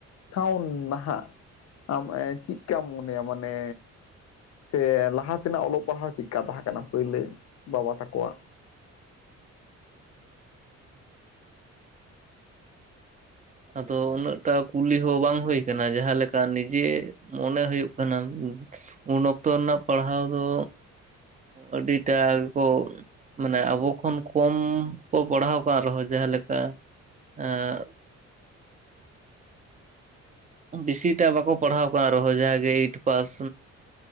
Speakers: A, on the left (about 55°); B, on the right (about 25°).
A: ᱥᱟᱣ ᱱᱟᱦᱟᱜ ᱟᱢ ᱪᱤᱜᱠᱟᱢ ᱢᱚᱱᱮᱭᱟ ᱢᱟᱱᱮ ᱥᱮ ᱞᱟᱦᱟ ᱛᱮᱱᱟᱜ ᱚᱞᱚᱜ ᱯᱟᱲᱦᱟᱣ ᱪᱮᱫᱠᱟ ᱛᱟᱦᱮᱸ ᱠᱟᱱᱟ ᱯᱟ. ᱭᱞᱟᱹ ᱵᱟᱵᱟ ᱛᱟᱠᱚᱣᱟᱜ?
B: ᱟᱫᱚ ᱩᱱᱟᱹᱜ ᱴᱟ ᱠᱩᱞᱤ ᱦᱚᱸ ᱵᱟᱝ ᱦᱳᱭ ᱟᱠᱟᱱᱟ ᱡᱟᱦᱟᱸ ᱞᱮᱠᱟ ᱱᱤᱡᱮ ᱢᱚᱱᱮ ᱦᱩᱭᱩᱜ ᱠᱟᱱᱟ ᱩᱱ ᱚᱠᱛᱚ ᱨᱮᱱᱟᱜ ᱯᱟᱲᱦᱟᱣ ᱫᱚ ᱟᱹᱰᱤᱴᱟ ᱜᱮᱠᱚ ᱢᱟᱱᱮ ᱟᱵᱚ ᱠᱷᱚᱱ ᱠᱚᱢ ᱠᱚ ᱯᱟᱲᱦᱟᱣ ᱟᱠᱟᱱ ᱨᱮᱦᱚᱸ ᱡᱟᱦᱟᱸ ᱞᱮᱠᱟ ᱮᱸ ᱵᱮᱥᱤᱴᱟᱜ ᱵᱟᱠᱚ ᱯᱟᱲᱦᱟᱣ ᱠᱟᱱ ᱨᱮᱦᱚᱸ ᱡᱟᱜᱮ ᱮᱭᱤᱴ ᱯᱟᱥ